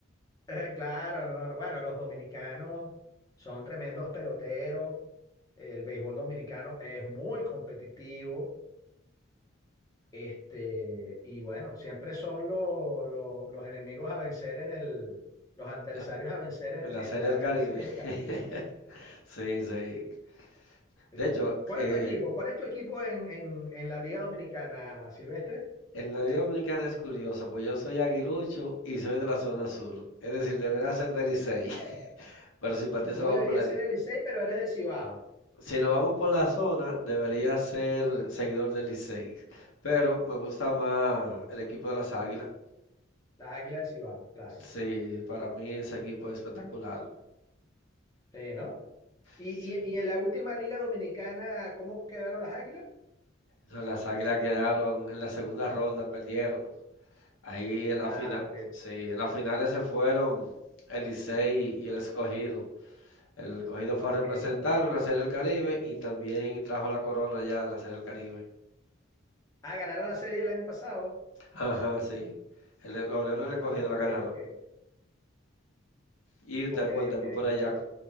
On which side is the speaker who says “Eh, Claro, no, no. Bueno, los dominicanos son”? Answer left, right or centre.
Left